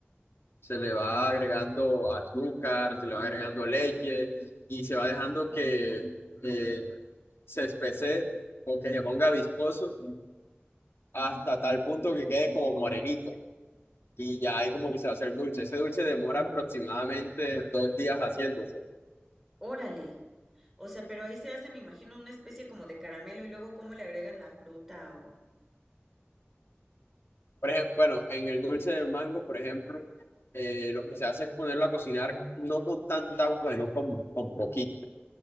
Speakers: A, on the left; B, in the centre.
A: se le va agregando azúcar, se le va agregando leche y se va dejando que eh, se espese o que se ponga viscoso hasta tal punto que quede como morenito. Y ya ahí como que se va a hacer dulce. Ese dulce demora aproximadamente dos días haciéndose.
B: órale. O sea, pero ahí se hace, me imagino, una especie como de caramelo y luego cómo le agregan la fruta o...
A: Por ejemplo, bueno, en el dulce del mango, por ejemplo, eh, lo que se hace es ponerlo a cocinar no con tanta agua, sino con, con poquito.